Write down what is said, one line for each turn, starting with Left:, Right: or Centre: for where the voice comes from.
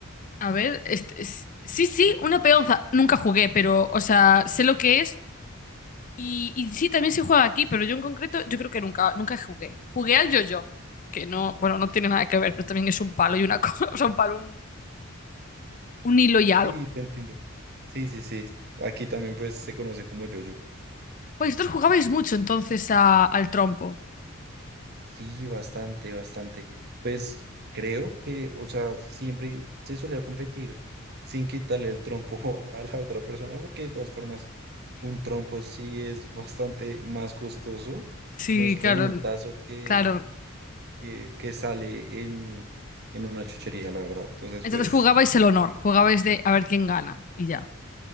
Left: A ver, este, es- sí, sí, una peonza. Nunca jugué, pero, o sea, sé lo que es. Y, y sí, también se juega aquí, pero yo en concreto, yo creo que nunca, nunca jugué. Jugué al yo-yo, que no, bueno, no tiene nada que ver, pero también es un palo y una cosa, <laughs> o sea, un palo, un, un hilo y algo.
Right: Sí, te entiendo. Sí, sí, sí. Aquí también pues se conoce como yo.
Left: Pues vosotros jugabais mucho entonces a- al trompo.
Right: Sí, bastante, bastante. Pues creo que, o sea, siempre se solía competir sin quitarle el trompo <laughs> a la otra persona, porque de todas formas, un trompo sí es bastante más costoso.
Left: Sí,
Right: No es como
Left: claro,
Right: un tazo que,
Left: claro.
Right: que, que sale en, en una chuchería, la verdad. Entonces,
Left: Entonces
Right: pues
Left: jugabais el honor, jugabais de a ver quién gana y ya.